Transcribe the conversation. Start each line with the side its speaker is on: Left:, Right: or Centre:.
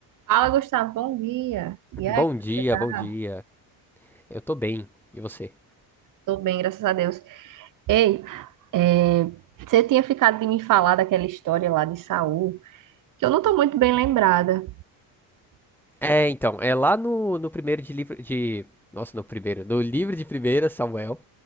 Right: Fala, Gustavo, bom dia. E aí,
Centre: Bom dia,
Right: você tá?
Centre: bom dia. Eu tô bem. E você?
Right: Tô bem, graças a Deus. Ei, é, você tinha ficado de me falar daquela história lá de Saul, que eu não tô muito bem lembrada.
Centre: É, então, é lá no, no primeiro de livro de. Nossa, no primeiro. No livro de primeira, Samuel.